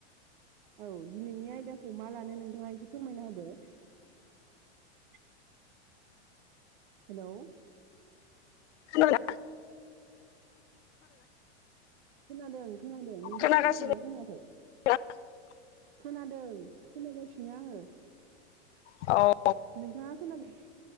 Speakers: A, on the right; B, on the left.
A: औ दिनैनि आयदा खौ मा लानो नोंथाङा एसे फोरमायना होदो। <unintelligible> हेलौ
B: खोनाबायना?
A: खोनादों। खोनादों नोंथाङा
B: खोनागासिनो
A: खोनादोंना खोनायाखै?
B: <inaudible>
A: खोनादों खोनागासिनो आङो।
B: औ
A: नोंथांआ खोनादों <unintelligible>